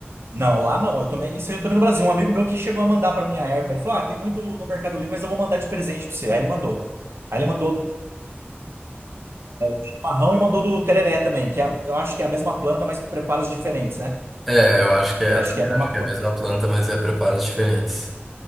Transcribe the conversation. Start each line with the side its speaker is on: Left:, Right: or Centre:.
Right: Não, lá não. Eu tomei. Isso eu tomei no Brasil. Um amigo meu que chegou a mandar pra minha erva. Ele falou: Ah, tem muito no Mercado Livre, mas eu vou mandar de presente pra você. Aí ele mandou. Aí ele mandou do chimarrão e mandou do tereré também, que é- eu acho que é a mesma planta, mas preparos diferentes, né?
Centre: É, eu acho que
Right: Que
Centre: é,
Right: acho
Centre: eu também
Right: que é a mesma
Centre: acho que
Right: coisa.
Centre: é a mesma planta, mas é preparos diferentes.